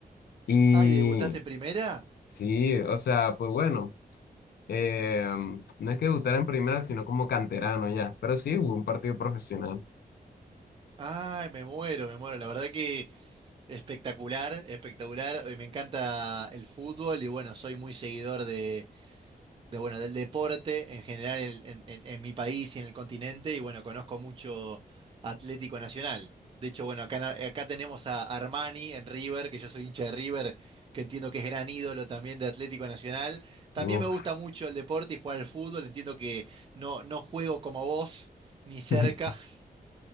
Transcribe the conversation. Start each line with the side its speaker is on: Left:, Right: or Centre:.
Left: Y
Right: Ay, ¿debutaste en primera?
Left: sí, o sea, pues bueno eh, no es que debutara en primera, sino como canterano ya, pero sí jugó un partido profesional.
Right: Ay, me muero, me muero. La verdad que espectacular, espectacular. Eh, Me encanta el fútbol y bueno, soy muy seguidor de, de, bueno, del deporte en general en, en- en- en mi país y en el continente, y bueno, conozco mucho Atlético Nacional. De hecho, bueno, acá, en Ar- acá tenemos a Armani en River, que yo soy hincha de River, que entiendo que es gran ídolo también de Atlético Nacional. También
Left: Uf.
Right: me gusta mucho el deporte y jugar al fútbol, entiendo que no, no juego como vos, ni cerca.
Left: <laughs>
Right: <laughs>